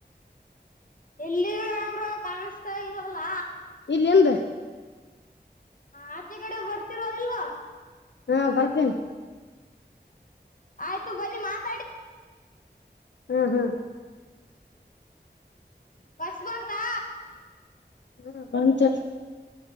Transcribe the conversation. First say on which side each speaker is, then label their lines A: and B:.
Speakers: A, on the left (about 50°); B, on the left (about 85°).
A: ಎಲ್ಲಿದಿರ ಬ್ರೋ ಕ್ಯಾನಸ್ತ ಇಲ್ಲವಲ್ಲ.
B: ಇಲ್ಲಿ ಹಿಂದ.
A: ಹಾ ಅಚ್ಚಿಕಡೆ ಬರ್ತೀರಿ ಇಲ್ಲವೋ.
B: ಹಾ ಬರ್ತೇನಿ.
A: ಆಯ್ತು ಬನ್ನಿ ಮಾತ್.
B: ಹ್ಮ್ ಹ್ಮ್. <inaudible>
A: ಬಸ್ ಬಂತಾ.
B: ಹ್ಮ್ ಬಂತು.